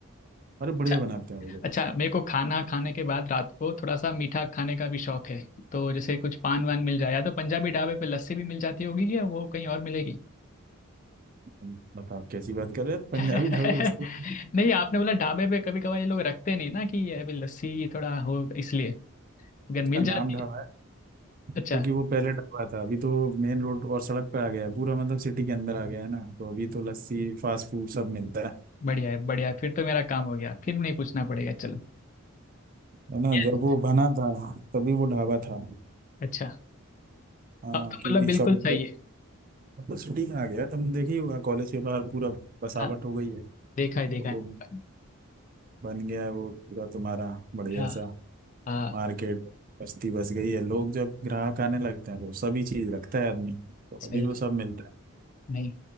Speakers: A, on the right; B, on the left.
A: अरे बढ़िया
B: अच्छा
A: बनाते हैं वो लोग
B: अच्छा मेरे को खाना खाने के बाद रात को थोड़ा सा मीठा खाने का भी शौक है तो जैसे कुछ पान वान मिल जाए या तो पंजाबी ढाबे पे लस्सी भी मिल जाती होगी या वो कहीं और मिलेगी
A: तुम बताओ कैसी बात कर रहे हैं
B: <laughs>
A: पंजाबी
B: नहीं
A: ढाबे पे लस्सी
B: आपने बोला ढाबे पे कभी कभार ये लोग रखते नहीं ना कि ये अभी लस्सी थोड़ा हो इसलिए अगर मिल
A: उसका नाम
B: जाती
A: ढाबा
B: है
A: है क्योंकि
B: अच्छा
A: वो पहले ढाबा था अभी तो मेन रोड और सड़क पे आ गया है पूरा मतलब सिटी के अंदर आ गया है ना तो अभी तो लस्सी फास्ट फूड सब मिलता है
B: बढ़िया है बढ़िया है फिर तो मेरा काम हो गया फिर नहीं पूछना पड़ेगा चलो
A: है ना
B: ये-
A: जब वो बना था तभी वो ढाबा था
B: अच्छा
A: हाँ
B: अब तो
A: क्योंकि
B: मतलब बिल्कुल
A: सब
B: सही है
A: अब तो सिटी में आ गया तुम देखी हुआ कॉलेज के बाहर पूरा बसावट
B: हाँ
A: हो गई है
B: देखा
A: तो
B: है देखा
A: वो
B: है
A: बन गया है वो पूरा तुम्हारा बढ़िया
B: हाँ
A: सा
B: हाँ
A: मार्केट बस्ती बस गई है लोग जब ग्राहक आने लगते हैं तो सभी चीज रखता है आदमी तो
B: सही
A: अभी वो सब मिलता है
B: नहीं